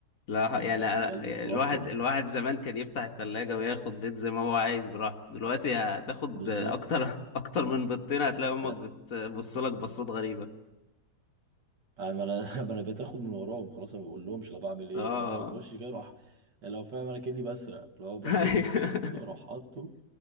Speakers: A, on the left; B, on the right.
A: لا
B: فانت
A: يعني
B: بتتكلم
A: أنا- الواحد
B: في رقم
A: الواحد زمان كان يفتح التلاجة وياخد بيض زي ما هو عايز براحته دلوقتي هتاخد
B: بالظبط
A: أكتر <laughs> أكتر من بيضتين هتلاقي أمك
B: لا
A: بتبص لك بصات غريبة
B: انا انا <laughs> ما أنا بقيت اخد من وراهم خلاص انا ما بقول لهمش انا بعمل ايه
A: اه
B: انا لازم اخش كده اروح لو فاهم انا كاني بسرق لو باخد
A: <laughs>
B: البيض كده اروح حاطه